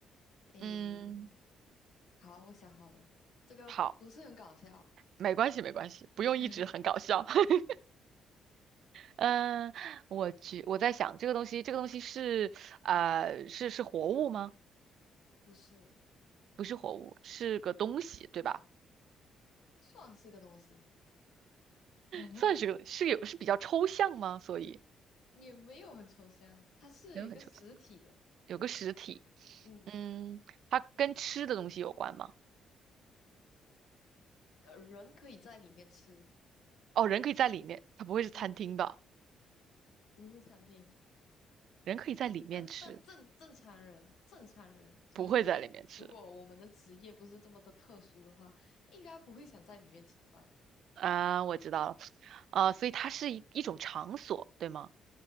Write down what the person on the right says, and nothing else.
嗯，
好，没关系，没关系，不用一直很搞笑。
<laughs> 嗯，我觉我在想这个东西，这个东西是呃是是活物吗？
不是活物，是个东西，对吧？
算是个是有是比较抽象吗？所以
没有很抽象，有个实体。
嗯，它跟吃的东西有关吗？
哦，人可以在里面，它不会是餐厅吧？
人可以在里面吃，
不会在里面吃
啊，我知道了，啊，所以它是一一种场所，对吗？